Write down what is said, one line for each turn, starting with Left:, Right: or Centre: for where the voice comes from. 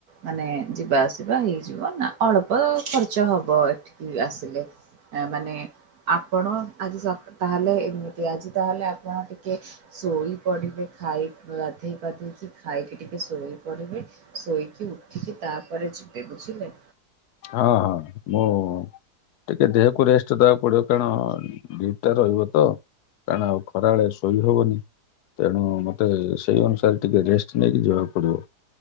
Right: ମାନେ ଯିବା ଆସିବା ହେଇଯିବ ନା ଅଳ୍ପ ଖର୍ଚ୍ଚ ହେବ ଏଠିକି ଆସିଲେ ମାନେ ଆପଣ ଯ ତାହେଲେ ଆଜି ତାହେଲେ ଆପଣ ଟିକେ ଶୋଇପଡ଼ିବେ ଖାଇ ଗଧୋଇ ପାଧୋଇକି। ଖାଇକି ଟିକେ ଶୋଇପଡ଼ିବେ ଶୋଇକି ଉଠିକି ତାପରେ ଯିବେ ବୁଝିଲେ।
Left: ହଁ ହଁ ମୁଁ ଟିକେ ଦେହକୁ ରେଷ୍ଟ ଦବାକୁ ପଡିବ କାରଣ ଡିଉଟିଟା ରହିବତ। କାରଣ ଆଉ ଖରାବେେଳେ ଶୋଇ ହବନି। ତେଣୁ ମତେ ସେଇ ଅନୁସାରେ ଟିକେ ରେଷ୍ଟ୍ ନେଇକି ଯିବାକୁ ପଡିବ।